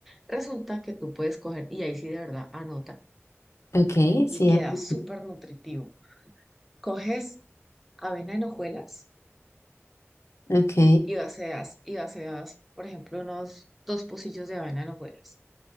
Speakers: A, in the centre; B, on the left.
A: Resulta que tú puedes coger, y ahí sí de verdad anota,
B: Ok, sí,
A: y queda
B: es posible.
A: súper nutritivo. Coges avena en hojuelas
B: Ok,
A: y vacías y vacías, por ejemplo, unos dos pocillos de avena en hojuelas.